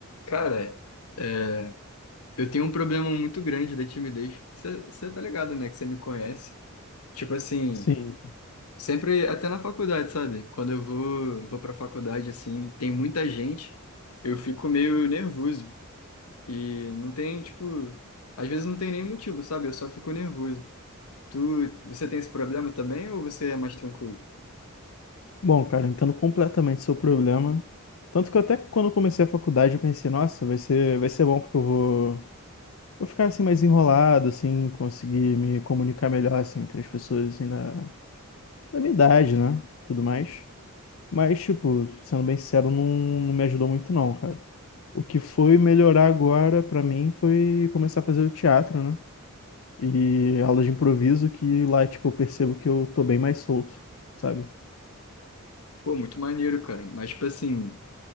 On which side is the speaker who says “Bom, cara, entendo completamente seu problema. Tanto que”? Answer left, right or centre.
Left